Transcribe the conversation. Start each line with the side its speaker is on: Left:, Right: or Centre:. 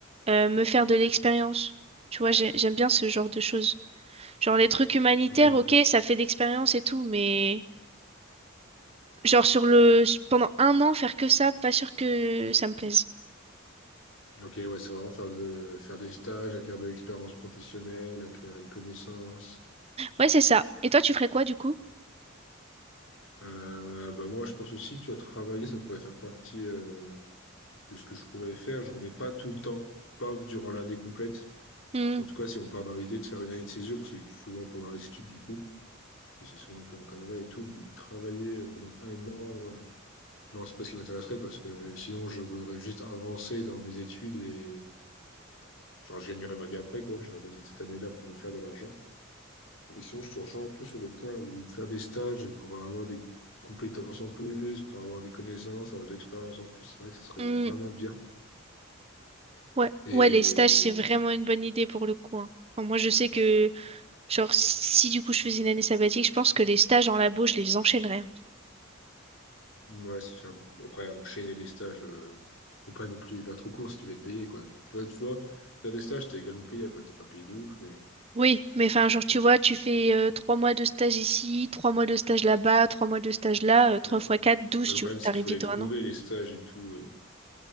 Right: euh, me faire de l'expérience. Tu vois, j'ai- j'aime bien ce genre de choses. Genre les trucs humanitaires,
Left: Ok, du
Right: ok,
Left: coup.
Right: ça fait d'expérience et tout, mais genre sur le pendant un an faire que ça, pas sûr que ça me plaise.
Left: Ok, ouais, c'est vraiment faire de faire des stages, acquérir de l'expérience professionnelle, acquérir une connaissance.
Right: Ouais, c'est ça. Et toi, tu ferais quoi du coup?
Left: Euh, bah moi, je pense aussi, tu as travaillé, ça pourrait faire partie euh, de ce que je pourrais faire. Je remets pas tout le temps, pas durant l'année complète.
Right: Hmm,
Left: En tout cas, si on part dans l'idée de faire une année de césure, c'est souvent pendant les études du coup, mais c'est souvent un peu encadré et tout. Mais du coup, travailler euh, pendant un an, euh, non, c'est pas ce qui m'intéresserait parce que euh, sinon, je voudrais juste avancer dans mes études et genre, je gagnerais ma vie après quoi. J'aurais besoin de cette année-là pour me faire de l'argent. Et sinon, je te rejoins un peu sur le point où faire des stages pour avoir des compétences en plus, pour avoir des connaissances, avoir de l'expérience en plus, c'est vrai que ce serait
Right: hmm,
Left: vraiment bien.
Right: Ouais,
Left: Et
Right: ouais, les stages, c'est vraiment
Left: je-
Right: une bonne idée pour le coup. hein. Enfin, moi, je sais que, genre, si du coup je faisais une année sabbatique, je pense que les stages en labo, je les enchaînerais. hein.
Left: ouais, c'est faire beaucoup. Après, enchaîner les stages, euh, faut pas non plus les faire trop court si tu veux être payé, quoi. Toi, tu vois, faire des stages, t'es également payé, quoi. T'es pas payé de ouf, mais
Right: Oui, mais enfin, genre, tu vois, tu fais euh, trois mois de stage ici, trois mois de stage là-bas, trois mois de stage là, euh, trois
Left: ouais. Ouais,
Right: fois quatre, douze,
Left: Le
Right: tu
Left: problème,
Right: vois,
Left: c'est
Right: t'arrives
Left: qu'il faut
Right: vite
Left: les trouver,
Right: à un an.
Left: les stages et tout. euh,